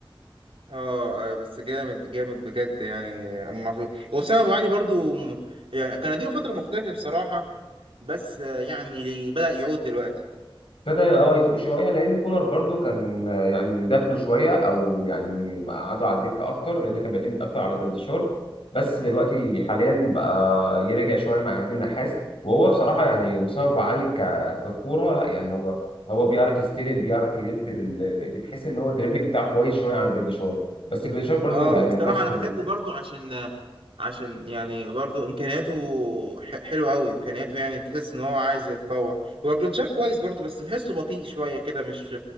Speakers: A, on the right (about 80°); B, on the left (about 80°).
A: اه آه، بس جامد جامد بجد يعني امام عاشور وسام ابو علي برضو م- يعني كان اديله فتره مختلفه بصراحه بس آه، يعني بدأ يعود دلوقتي
B: ابتدى اه يفوق شويه لان كولر برضو كان آه، يعني دفنه شويه او يعني قعدوا على الدكه اكتر لان كان بيعتمد اكتر على جراديشار بس دلوقتي حاليا بقى يرجع شويه مع عماد النحاس وهو بصراحه يعني مستوى أبو علي ك- ككوره لا يعني هو هو بيعرف يستلم بيعرف يلف بال- بتحس ان هو الدريبلينج بتاعه كويس شويه عن جراديشار بس جراديشار برضو
A: اه
B: يعني
A: بصراحة
B: ما ينفعش
A: انا بحبه برضو عشان عشان يعني برضو امكانياته ح- حلوة قوي امكانياته يعني تحس ان هو عايز يتطور هو جلتشار كويس برضو بس بحسه بطيء شوية كده مش